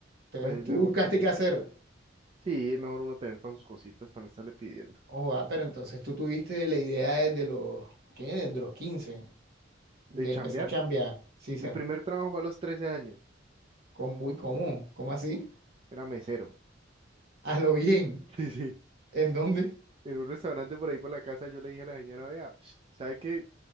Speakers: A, on the right; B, on the right.
A: Entonces,
B: pues es
A: tú
B: mejor
A: buscaste
B: como,
A: qué hacer.
B: sí, es mejor uno tener para sus cositas, para no estarle pidiendo.
A: Ojo, ah, pero entonces tú tuviste la idea desde los, ¿qué? Desde los 15
B: De
A: de
B: chambear,
A: empezar a chambear, Sisa.
B: mi primer trabajo fue a los 13 años,
A: ¿Cómo? Uy, ¿cómo? ¿Cómo así?
B: era mesero.
A: A lo bien.
B: <laughs> Sí, sí.
A: ¿En dónde?
B: En un restaurante por ahí por la casa yo le dije a la señora, vea, <sniffs> ¿sabe qué?